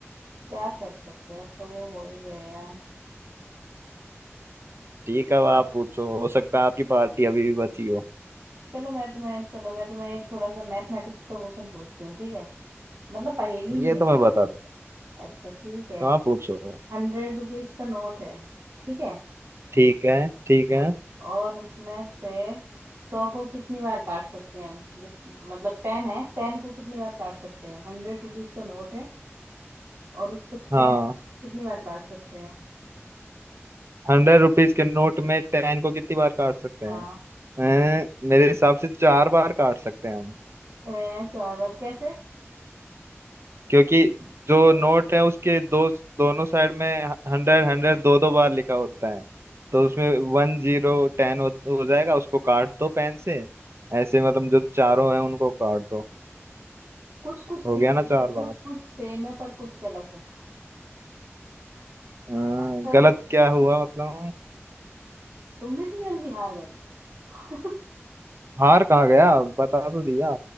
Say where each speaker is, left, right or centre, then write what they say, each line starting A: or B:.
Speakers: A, on the right; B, on the right.
A: क्या कर सकते हैं अब तो वो हो ही गया
B: ठीक है अब आप पूछो हो सकता है आपकी पार्टी अभी भी बची हो
A: चलो मैं तुम्हें चलो मैं तुम्हें एक थोड़ा सा मैथमेटिक्स का क्वेश्चन पूछती हूँ ठीक है मतलब पहेली ही
B: ये तो
A: है
B: मैं बता दूंगा
A: अच्छा ठीक है
B: तो आप पूछो
A: हंड्रेड रुपीज का नोट है ठीक है
B: ठीक है ठीक है
A: औ- और उसमें से सौ को कितनी बार काट सकते हैं हम जो मतलब टेन है टेन को कितनी बार काट सकते हैं हंड्रेड रुपीज का नोट है और उसको टेन
B: हाँ
A: कितनी बार काट सकते हैं
B: हंड्रेड रुपीज के नोट में टेन को कितनी बार काट सकते
A: हाँ
B: हैं अह, मेरे हिसाब से चार बार काट सकते हैं
A: है चार बार कैसे
B: क्योंकि जो नोट है उसके दो दोनों साइड में हंड्रेड हंड्रेड दो दो बार लिखा होता है तो उसमें वन जीरो टेन हो, हो जाएगा उसको काट दो पेन से ऐसे मतलब जो चारों हैं उनको काट दो
A: कुछ कुछ सी
B: हो गया ना चार
A: कुछ
B: बार
A: कुछ सेम है पर कुछ गलत है
B: हाँ,
A: आंसर
B: गलत
A: ये
B: क्या हुआ मतलब
A: तुम भी इतनी जल्दी हार गए <laughs>
B: हार कहाँ गया बता तो दिया